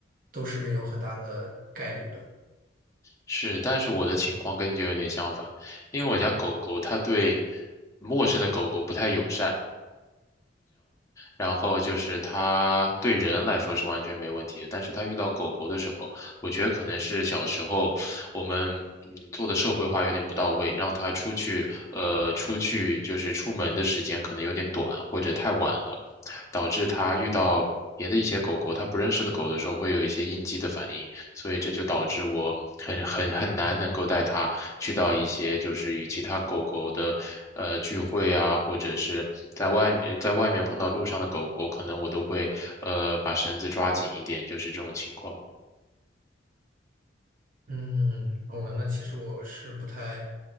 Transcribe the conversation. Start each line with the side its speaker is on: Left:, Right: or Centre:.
Right: 都是有很大的概率的。
Left: 是，但是我的情况跟你就有点相反，因为我家狗狗它对陌生的狗狗不太友善，然后就是它对人来说是完全没问题的，但是它遇到狗狗的时候，我觉得可能是小时候我们嗯做的社会化有点不到位，让它出去呃出去就是出门的时间可能有点短或者太晚了，导致它遇到别的一些狗狗，它不认识的狗的时候会有一些应激的反应，所以这就导致我很很很难能够带它去到一些就是与其他狗狗的呃聚会啊，或者是在外面在外面碰到路上的狗狗，可能我都会呃把绳子抓紧一点，就是这种情况。
Right: 嗯，哦，那其实我是不太，